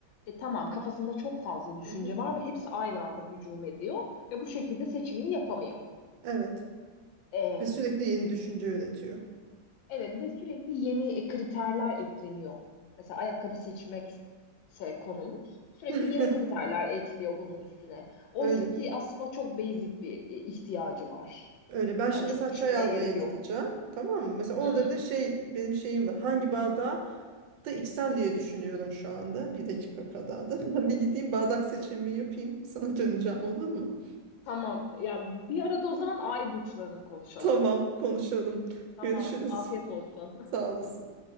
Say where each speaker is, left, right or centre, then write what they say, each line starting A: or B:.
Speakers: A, on the left (about 90°); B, on the right (about 75°).
A: e, tamam kafasında çok fazla düşünce
B: Hı hı.
A: var ve hepsi aynı anda hücum ediyor ve bu şekilde seçimini yapamıyor.
B: Evet.
A: Ee,
B: Ve sürekli yeni düşünce üretiyor.
A: evet ve sürekli yeni e, kriterler ekleniyor. Mesela ayakkabı seçmek şey konumuz. Sürekli
B: <laughs>
A: yeni kriterler ekliyor bunun üstüne. Oysa
B: Öyle.
A: ki aslında çok basic bir e, ihtiyacı var.
B: Öyle. Ben şimdi
A: Yani çok
B: mesela
A: düşünmeye
B: çay almaya
A: gerek
B: gideceğim.
A: yok.
B: Tamam mı? Mesela orada
A: Hmm.
B: bir de şey benim şeyim var. Hangi bardağı da içsem diye düşünüyorum şu anda. Bir dakika kadar da. <laughs> Ben bir gideyim bardak seçimimi yapayım. Sana döneceğim olur mu?
A: Tamam. Ya bir arada o zaman ay burçlarını konuşalım.
B: Tamam, konuşalım.
A: Tamam.
B: Görüşürüz.
A: Afiyet olsun.
B: Sağ olasın.